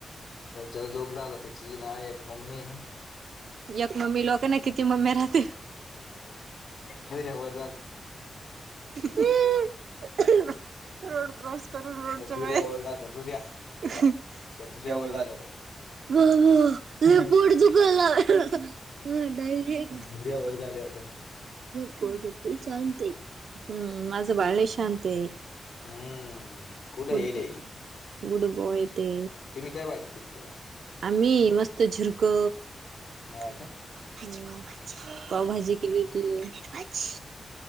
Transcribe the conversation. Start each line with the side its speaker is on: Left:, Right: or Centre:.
Left: त्या जोग झाला त्याची ना एक मम्मी ना.
Right: एक मम्मी लोक ना किती मम्मी राहते.
Left: बर व
Right: हम्. रोड क्रॉस करून रोडच्या
Left: धुऱ्यावर
Right: वेळे
Left: झालत्या
Right: झा.
Left: धुऱ्या तिच्या धुऱ्यावर
Right: बावा
Left: झाल्या होत्या
Right: लई पोट दुकालाय. <unintelligible> डायरेक्ट
Left: धुऱ्यावर झाल्या होत्या
Right: <unintelligible> पोरग <unintelligible> शांतय हम्म माझं बाळ लई शांतय. <unintelligible>
Left: हम्म कुठं येले
Right: गुड बॉय. ते
Left: तुम्ही काय भाजी केलती आ स.
Right: आम्ही मस्त झिरक -
Left: हा
Right: पावभाजी
Left: का
Right: पावभाजी पावभाजी केली होती पनीर भाजी.